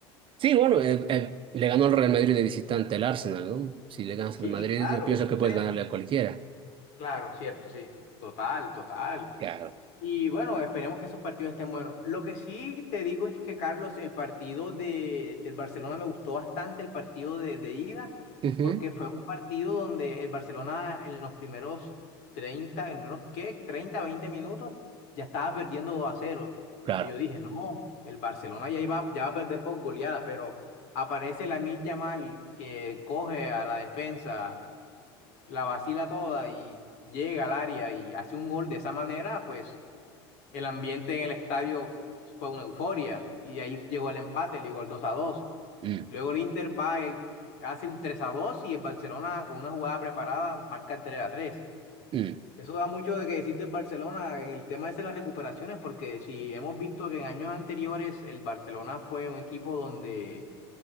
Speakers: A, on the right; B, on the left.
A: Sí, bueno, eh, eh, le ganó el Real Madrid de visitante al Arsenal, ¿no? Si le ganas
B: Sí,
A: al Madrid,
B: claro,
A: yo pienso
B: entonces,
A: que puedes ganarle a cualquiera.
B: claro, cierto, sí, total, total.
A: Claro.
B: Y bueno, esperemos que esos partidos estén buenos. Lo que sí te digo es que, Carlos, el partido de, del Barcelona me gustó bastante, el partido de, de ida,
A: Ujú,
B: porque fue un partido donde el Barcelona en los primeros treinta en menos que treinta 20 minutos, ya estaba perdiendo dos a cero
A: Claro.
B: Y yo dije, no, el Barcelona ya iba, ya va a perder por goleada, pero aparece la Lamine Yamal que coge a la defensa, la vacila toda y llega al área y hace un gol de esa manera, pues. El ambiente en el estadio fue una euforia y ahí llegó el empate, llegó el dos a dos
A: Mm,
B: Luego el Inter va, y hace un tres a dos y el Barcelona con una jugada preparada marca el tres a tres
A: mm.
B: Eso da mucho de que decir del Barcelona en el tema ese de las recuperaciones, porque si hemos visto que en años anteriores el Barcelona fue un equipo donde